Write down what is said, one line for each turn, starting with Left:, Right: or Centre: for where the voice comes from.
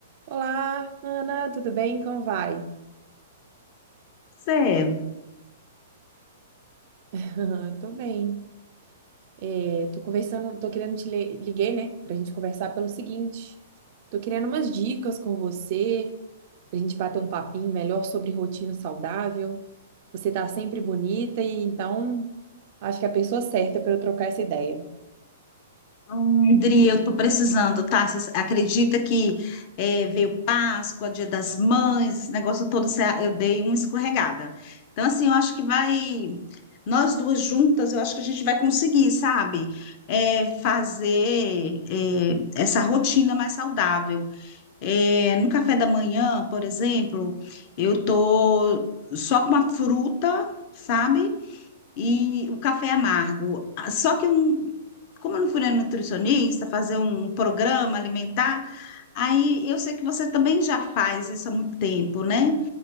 Right: Olá, Ana, tudo bem? Como vai?
Left: Você,
Right: <laughs> Tô bem. É, tô conversando, tô querendo te li- liguei, né, pra gente conversar pelo seguinte. Tô querendo umas dicas com você, pra gente bater um papinho melhor sobre rotina saudável. Você tá sempre bonita e então acho que é a pessoa certa para eu trocar essa ideia.
Left: hum, Adri, eu tô precisando, tá? Você acredita que é, veio Páscoa, Dia das Mães, esse negócio todo, cê- eu dei uma escorregada. Então, assim, eu acho que vai, nós duas juntas, eu acho que a gente vai conseguir, sabe? É, fazer é, essa rotina mais saudável. É, no café da manhã, por exemplo, eu tô só com uma fruta, sabe? e o café amargo. Ah, Só que, eu não- como eu não fui na nutricionista, fazer um programa alimentar, aí eu sei que você também já faz isso há muito tempo, né?